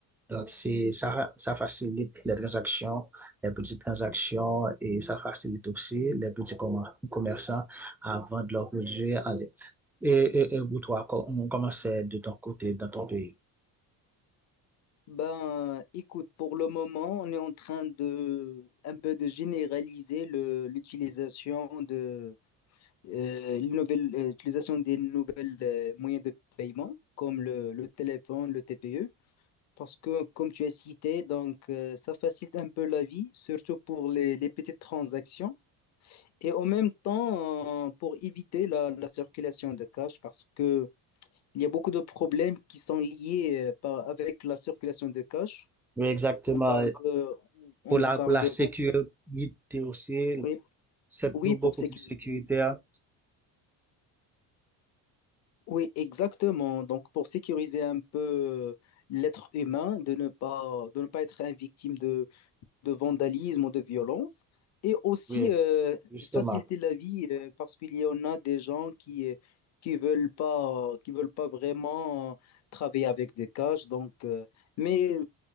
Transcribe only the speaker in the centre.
Donc, c'est, ça, ça facilite les transactions, les petites transactions et ça facilite aussi les petits commer- commerçants à vendre leurs produits en ligne. Et, et, et pour toi, co- on commence de ton côté, dans ton pays.
Oui, exactement.
Pour la,
pour la
sécurité
aussi.
C'est plus-
beaucoup
plus sécuritaire.
Oui,
justement.